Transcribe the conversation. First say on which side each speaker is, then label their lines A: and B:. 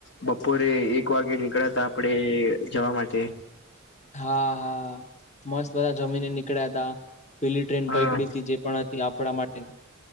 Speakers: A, on the left; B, on the left.
A: બપોરે એક વાગે નીકળ્યા હતા આપડે જવા માટે
B: હા હા મસ્ત બધા જમીને નીકળ્યા હતા પેલી ટ્રેન
A: હા
B: પકડી હતી જે પણ આપણા માટે